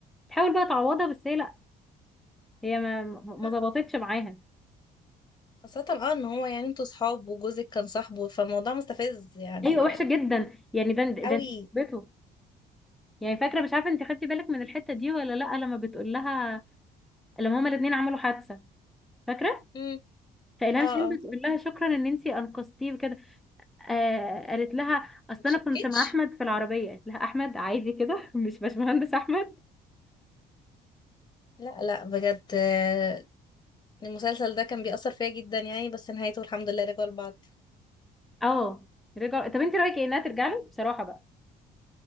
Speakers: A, in the centre; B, on the left.
A: تحاول بقى تعوضها بس هي لأ هي ما ما
B: لا،
A: ظبطتش معاها
B: خاصة اه ان هو يعني انتوا صحاب وجوزك كان صاحبه فالموضوع مستفز يعني
A: أيوة وحشة جدا يعني ده ده
B: قوي
A: أنت صاحبته يعني فاكرة مش عارفة أنت خدتي بالك من الحتة دي ولا لأ لما بتقول لها لما هما الاتنين عملوا حادثة فاكرة
B: امم
A: فإلهام
B: اه
A: شين
B: اه
A: بتقول لها شكرا ان انتي انقذتيه وكده آه قالت لها اصل
B: ما شكتش
A: انا كنت مع احمد في العربيه قالت لها احمد عادي كده <laughs> مش باشمهندس احمد
B: لا لا بجد آه، المسلسل ده كان بيأثر فيا جدا يعني بس نهايته الحمد لله رجعوا لبعض
A: اه رجع طب انت رايك ايه انها ترجع له بصراحه بقى